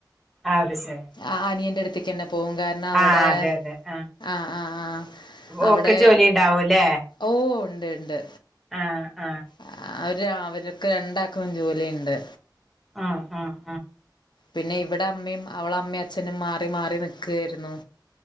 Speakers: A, in the centre; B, on the left.
A: അത് ശരി
B: ആ അനിയന്റ് അടുത്തേക്ക് തന്നെ പോകും കാരണം അവിടെ
A: ആ അതെ അതെ ആ
B: ആഹ ആഹ് ആഹ അവിടെ
A: ഓക്ക് ജോലി ഉണ്ടാവൂല്ലേ
B: ഓ ഒണ്ട് ഒണ്ട്
A: ആഹ് ആഹ്
B: ആഹ് അവര് അവരക്കെ രണ്ടാക്കും ജോലിയുണ്ട്
A: ആഹ് ആഹ്
B: പിന്നെ ഇവിടെ അമ്മയും അവള അമ്മയും അച്ഛനും മാറി മാറി നിക്കായിരുന്നു